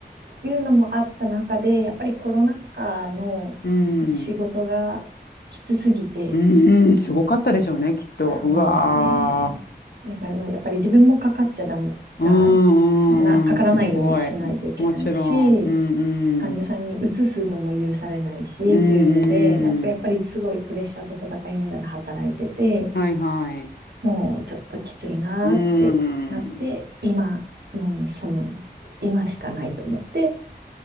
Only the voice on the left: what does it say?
うん。うんうん。すごかったでしょうね、きっと。
うわー。
うんうんうん。
すごい。ももちろん。うんう
ん。うんうん。
はいはい。
うーん。